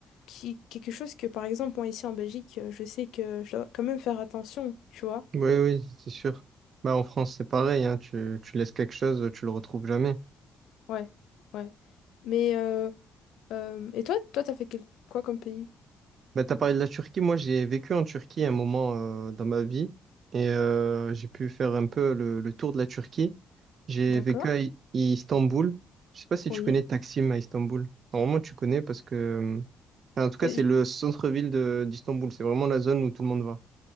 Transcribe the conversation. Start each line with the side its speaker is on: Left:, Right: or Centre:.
Left: Qui, quelque chose que, par exemple, moi ici en Belgique, euh, je sais que je dois quand même faire attention, tu vois.
Right: Oui, oui, c'est sûr. Bah, en France, c'est pareil, hein. Tu, tu laisses quelque chose, tu le retrouves jamais.
Left: Ouais, ouais. Mais, euh, euh, et toi, toi, t'as fait quel- quoi comme pays?
Right: Bah, t'as parlé de la Turquie. Moi, j'ai vécu en Turquie un moment euh, dans ma vie et euh, j'ai pu faire un peu le, le tour de la Turquie. J'ai
Left: D'accord,
Right: vécu à I- Istanbul. Je sais pas si tu
Left: oui.
Right: connais Taksim à Istanbul. Normalement, tu connais parce que, euh, enfin, en tout cas,
Left: Euh,
Right: c'est
Left: j-
Right: le centre-ville de d'Istanbul. C'est vraiment la zone où tout le monde va.